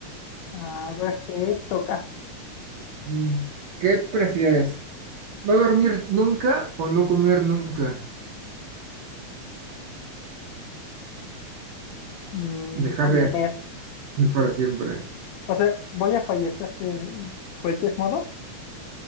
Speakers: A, on the left; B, on the right.
A: A ver, te toca.
B: Mm, ¿Qué prefieres? ¿No dormir nunca o no comer nunca?
A: Mm,
B: Dejar
A: no
B: de
A: comer.
B: comer para siempre.
A: O sea, voy a fallecer de cualquier modo.